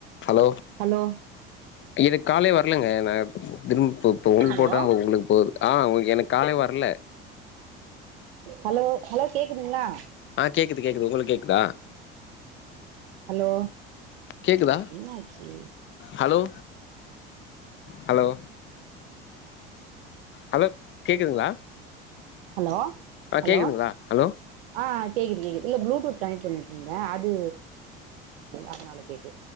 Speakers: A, on the left; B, on the right.
A: hello
B: hello
A: எனக்கு காலே வரலங்க நா திரும்போ இப்ப உங்களுக்கு
B: ஹலோ
A: போட்ட உங்களுக்கு போது ஆ உ எனக்கு காலே வர்ல
B: ஹலோ ஹலோ கேக்குதுங்ளா
A: ஆஹ்ன் கேக்குது கேக்குது உங்களுக்கு கேக்குதா
B: ஹலோ
A: கேக்குதா
B: என்னாச்சு
A: ஹலோ ஹலோ ஹலோ கேக்குதுங்களா
B: ஹலோ
A: ஆஹ்
B: ஹலோ
A: கேக்குதுங்களா ஹலோ
B: ஆ கேக்குது கேக்குது இல்ல ப்ளூடூத் கனெக்ட் பண்ணிட்ருந்தேன் அது அதனால கேக்கல